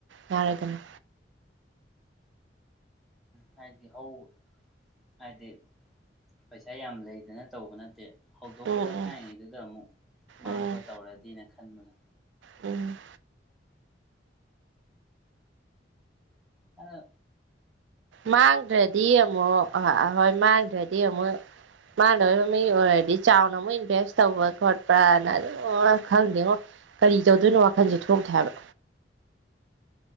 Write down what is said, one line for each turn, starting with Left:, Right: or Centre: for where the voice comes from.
Right: ꯌꯥꯔꯒꯅ
Centre: ꯍꯥꯏꯗꯤ ꯍꯧꯕ ꯍꯥꯏꯗꯤ ꯄꯩꯁꯥ ꯌꯥꯝ ꯂꯩꯗꯅ ꯇꯧꯕ ꯅꯠꯇꯦ ꯍꯧꯗꯣꯛꯄꯗ
Right: ꯎꯝ
Centre: ꯉꯥꯏꯔꯤꯉꯩꯗꯨꯗ
Right: ꯎꯝ
Centre: ꯑꯃꯨꯛ ꯃꯥꯡ
Right: ꯎꯝ
Centre: ꯈꯣꯠ ꯇꯧꯔꯗꯤꯅ ꯈ ꯈꯟꯕꯩ
Right: ꯎꯝ
Centre: ꯑ
Right: ꯃꯥꯡꯗ꯭ꯔꯗꯤ ꯑꯃꯨꯛ ꯍꯣꯏ ꯃꯥꯡꯗ꯭ꯔꯗꯤ ꯑꯃꯨꯛ ꯃꯥꯡꯗꯕ ꯃꯤ ꯑꯣꯏꯔꯗꯤ ꯆꯥꯎꯅ ꯑꯃꯨꯛ ꯏꯟꯚꯦꯁ ꯇꯧꯕ ꯈꯣꯠꯄꯅ ꯑꯗꯨꯝ ꯈꯪꯗꯦꯉꯣ ꯀꯔꯤ ꯇꯧꯗꯣꯏꯅꯣ ꯋꯥꯈꯜꯁꯦ ꯊꯣꯛꯇꯦ ꯍꯥꯏꯕ